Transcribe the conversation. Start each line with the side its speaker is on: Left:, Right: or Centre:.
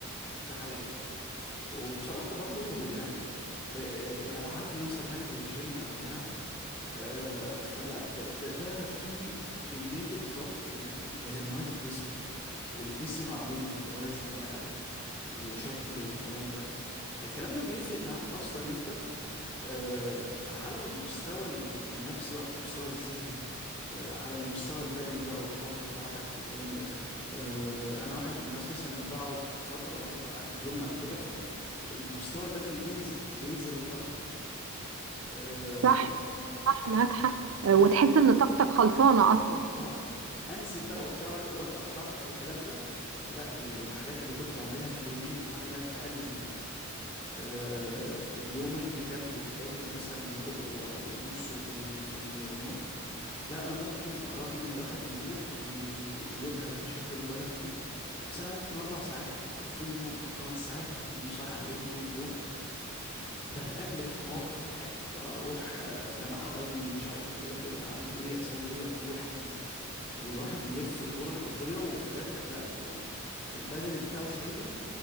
Left: دي حقيقة وبصراحة برضو يعني آه، آه، الالعاب دي مثلا حاجة زي الجيم او بتاع آه، فلا ده ده ده في كمية ضبط لل- لهرمونات الجسم وللجسم عموما كوزن بقى و... وشكل والكلام ده فالكلام ده بيفرق معاك اصلا انت آه، على المستوى ال- النفسي وعلى المستوى الذهني آه، على المستوى البدني بقى والطاقة بتاعتك والكلام ده آه، أنا واحد من الناس مثلا لما بقعد فترة عن الجيم أو كده فالمستوى البدني بينزل بينزل الأرض أه
Right: صح صح معاك حق
Left: لا
Right: آه، وتحس إن طاقتك خلصانة أصلا
Left: اه انزل بقى وبتاع وأنزل- وابدا اتحرك والكلام ده لا ال- الحاجات اللي كنت بعملها في يومين اعملها في اقل من يوم أه اليوم اللي كان بيتاكل مثلا ربعه او نصه في ال- في النوم لا انا ممكن رغم ان الواحد بيروح وي... ويجهد بشكل مبالغ فيه بس انا ممكن اربع ساعات يكفوني نوم او خمس ساعات وتنيني صاحي عليهم طول اليوم بتقلب في مواقف الحياة اروح آه، جامعة واجي مش عارف اذاكر اعمل ايه اسوي ايه اروح اجي والواحد يلف الكرة الارضية وفي الاخر لا هو ال- البدني بتاعه شايله